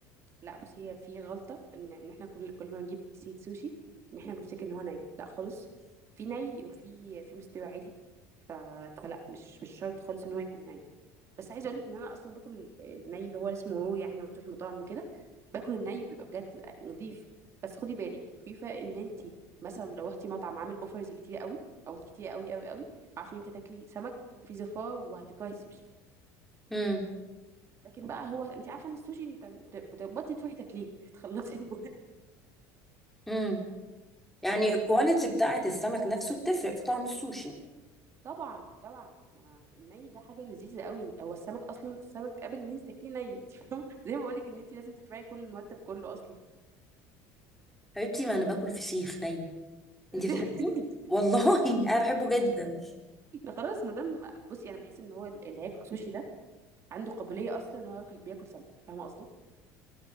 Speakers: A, on the right; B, in the centre.
A: لا بصي هي في غلطه ان ان احنا كل كل ما نجيب سيت سوشي ان احنا بنفتكر ان هو ني لا خالص في ني وفي في مستوى عادي ف... فلا مش مش شرط خالص ان هو يكون ني بس عايزه اقول لك ان انا اصلا باكل ال- الني اللي هو اسمه رو يعني لما بتروحي مطاعم وكده باكل الني بيبقى بجد نضيف بس خدي بالك في فرق ان انت مثلا لو رحتي مطعم عامل اوفرز كتير قوي او كتير قوي قوي قوي عارفه ان انت تاكلي سمك في زفاره وهتكرهي السوشي
B: امم
A: لكن بقى هو انت عارفه ان السوشي انت بت- بتقبضي تروحي تاكليه <laughs> تخلصي المهم
B: امم يعني الكواليتي بتاعه السمك نفسه بتفرق في طعم السوشي
A: طبعا طبعا ما الني ده حاجه لذيذه قوي هو السمك اصلا السمك قبل ان انت تاكليه ني انت فاهمه <laughs> زي ما بقول لك ان انت لازم تدفعي كل المرتب كله اصلا
B: حبيبتي ما انا باكل فسيخ ني
A: <laughs>
B: انتي بتحبيه والله <laughs> انا بحبه جدا
A: ده خلاص ما دام بصي انا بحس ان هو اللي هياكل سوشي ده عنده قابليه اصلا ان هو ياكل بياكل سمك فاهمه قصدي